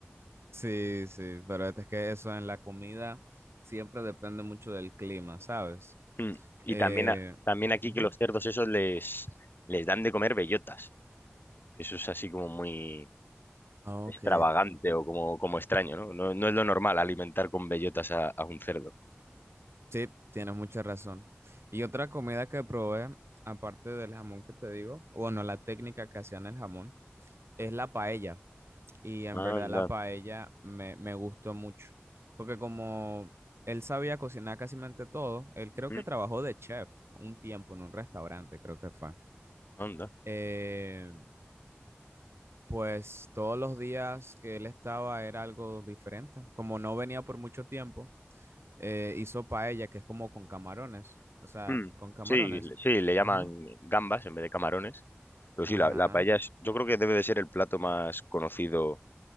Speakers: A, on the right; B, on the left.
A: Sí, sí, pero es que eso en la comida siempre depende mucho del clima, ¿sabes?
B: Mm. Y
A: Eh,
B: también, a- también aquí
A: ujú.
B: que los cerdos esos les, les dan de comer bellotas, que eso es así como muy,
A: Ah,
B: extravagante
A: Ok,
B: o como, como extraño, ¿no? No, no es lo normal alimentar con bellotas a, a un cerdo.
A: sí, tienes mucha razón. Y otra comida que probé, aparte del jamón que te digo, bueno, la técnica que hacían el jamón, es la paella. Y en
B: Anda,
A: verdad la paella me, me gustó mucho, porque como él sabía cocinar casi mente todo, él creo
B: mm,
A: que trabajó de chef un tiempo en un restaurante, creo que fue.
B: anda.
A: Eh, Pues todos los días que él estaba era algo diferente. Como no venía por mucho tiempo, eh, hizo paella, que es como con camarones. O sea,
B: mm.
A: con camarones.
B: Sí, le- sí, le llaman
A: Ajá.
B: gambas en vez de camarones. Pero sí,
A: Ajá.
B: la, la paella es- yo creo que debe de ser el plato más conocido